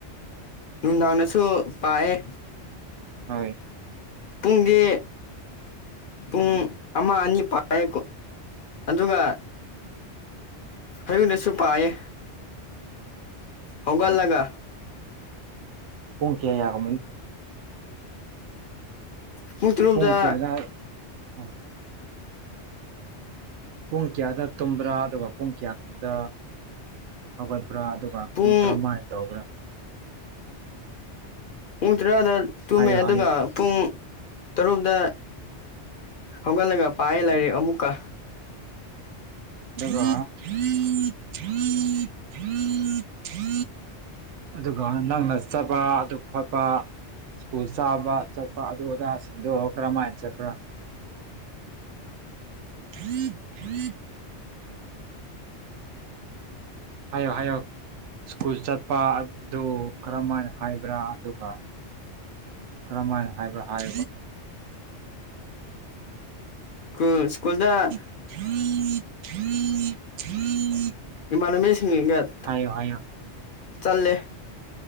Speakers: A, on the left; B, on the right.
A: ꯅꯨꯡꯗꯥꯡꯗꯁꯨ ꯄꯥꯏꯑꯦ
B: ꯍꯣꯏ
A: ꯄꯨꯡꯗꯤ ꯄꯨꯡ ꯑꯃ ꯑꯅꯤ ꯄꯥꯏꯀꯣ ꯑꯗꯨꯒ ꯑꯌꯨꯅꯁꯨ ꯄꯥꯏꯌꯦ ꯍꯧꯒꯜꯂꯒ
B: ꯍꯣꯏ ꯄꯨꯡ ꯀꯌꯥ ꯌꯥꯒꯃꯅꯤ
A: ꯄꯨꯡ ꯇꯔꯨꯛꯇ
B: ꯄꯣꯡ ꯀꯗ ꯑ ꯄꯨꯡ ꯀꯌꯥꯗ ꯇꯨꯝꯕ꯭ꯔꯥ ꯑꯗꯨꯒ ꯄꯨꯡ ꯀꯌꯥꯒꯨꯝꯕꯗ ꯍꯧꯒꯠꯄ꯭ꯔꯥ ꯑꯗꯨꯒ ꯑꯗꯨ
A: ꯄꯨꯡ
B: ꯀꯔ ꯃꯥꯏꯅ ꯇꯧꯕ꯭ꯔꯥ
A: ꯄꯨꯡ ꯇꯔꯥꯗ ꯇꯨꯝꯃꯦ
B: ꯍꯥꯏꯌꯣ
A: ꯑꯗꯨꯒ
B: ꯍꯥꯏꯌꯣ
A: ꯄꯨꯡ ꯇꯔꯨꯛꯇ ꯍꯧꯒꯜꯂꯒ ꯄꯌꯦ ꯂꯩꯔꯤꯦ ꯑꯃꯃꯨꯛꯀ
B: ꯊ ꯊ ꯊ ꯊ ꯑꯗꯨꯒ ꯅꯪꯅ ꯆꯠꯄ ꯑꯗꯨ ꯈꯣꯠꯄ ꯁ꯭ꯀꯨꯜ ꯆꯥꯕ ꯆꯠꯄ ꯑꯗꯨ ꯑꯗꯥꯁꯤꯡꯗꯣ ꯀꯔꯝꯍꯥꯏꯅ ꯆꯠꯄ꯭ꯔꯥ ꯍ ꯍ ꯍꯥꯏꯌ ꯍꯥꯏꯌꯣ ꯁ꯭ꯀꯨꯜ ꯆꯠꯄ ꯑꯗꯨ ꯀꯔꯝꯍꯥꯏꯅ ꯍꯥꯏꯕ꯭ꯔꯥ ꯑꯗꯨꯒ ꯀꯔꯝꯍꯥꯏꯅ ꯍꯥꯏꯕ꯭ꯔꯥ ꯍꯥꯏ
A: ꯁꯨ ꯁ꯭ꯀꯨꯜꯗ
B: <inaudible>
A: ꯏꯃꯜꯂꯝ ꯃ ꯁꯁꯤꯡ ꯏꯡꯒꯠ
B: ꯍꯥꯏꯌ ꯍꯥꯏꯌ
A: ꯆꯜꯂꯦ